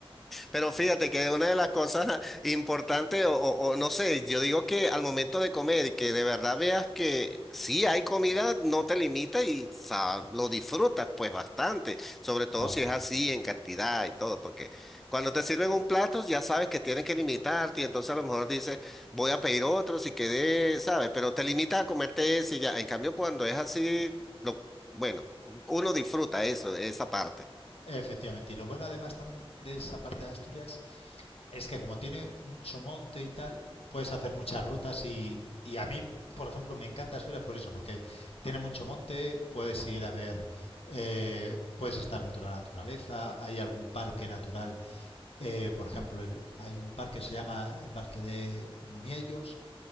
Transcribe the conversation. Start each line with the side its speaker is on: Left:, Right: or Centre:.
Centre: Pero fíjate que una de las cosas <laughs> importantes, o, o- o no sé, yo digo que al momento de comer y que de verdad veas que sí hay comida, no te limita y sa- lo disfrutas pues bastante, sobre todo
Left: Correcto.
Centre: si es así en cantidad y todo, porque cuando te sirven un plato ya sabes que tienes que limitarte y entonces a lo mejor dices, voy a pedir otro si quedé, ¿sabes? Pero te limitas a comerte ese y ya. En cambio, cuando es así, lo, bueno, uno disfruta eso, esa parte.
Left: Efectivamente, y lo bueno además también de esa parte de Asturias Es que como tiene mucho monte y tal, puedes hacer muchas rutas y, y a mí, por ejemplo, me encanta Asturias por eso, porque tiene mucho monte, puedes ir a ver, eh, puedes estar dentro de la naturaleza, hay algún parque natural, eh, por ejemplo, el- hay un parque que se llama el Parque de Muniellos,